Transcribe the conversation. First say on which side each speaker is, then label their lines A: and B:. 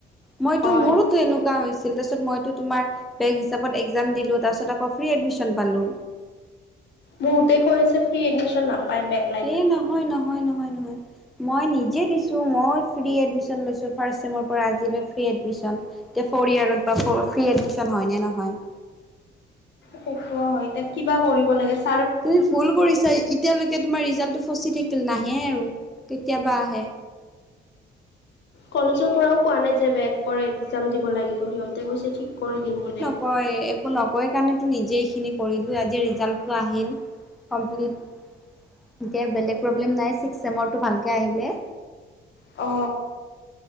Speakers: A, in the centre; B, on the left (about 60°).
A: মইতো
B: হয়
A: মোৰোতো এনেক- কা হৈছিল তাৰছত মইতো তোমাৰ বেগ হিচাপত একজাম দিলো তাৰপিছত আকৌ ফ্ৰী এডমিশ্যন পালো।
B: বহুতে কৈ আছে ফ্ৰী এডমিশ্যন নাপাই বেগ
A: এ নহয় নহয় নহয় নহয়। মই নিজে দিছোঁ, ময়ো ফ্ৰী এডমিশ্যন লৈছোঁ ফাৰ্ষ্ট ছেমৰ পৰা আজিলৈ ফ্ৰী এডমিশ্যন। এতিয়া ফ'ৰ ইয়াৰত বা ফ্ৰী এডমিশ্যন হয় নে নহয়।
B: সেটো হয় এতা কিবা কৰিব লাগেছ-
A: তুমি ভুল কৰিছা এতিয়ালৈকে তোমাৰ ৰিজাল্টটো ফচি থাকিল নাহে আৰু কেতিয়াবা আহে।
B: কলেজৰ পৰাও কোৱা নাই যে বেগ কৰে এক্সাম দিব লাগিব সিহঁত। তাতে কৈছে ঠিক কৰি দিম বোলে।
A: কয় একো নকয় কাৰণেটো নিজে এইখিনি কৰিলো আজি ৰিজাল্টটো আহিল। কমপ্লিট এতিয়া বেলেগ প্ৰব্লেম নাই ছিক্স চেমৰটো ভালকে আহিলে।
B: অ।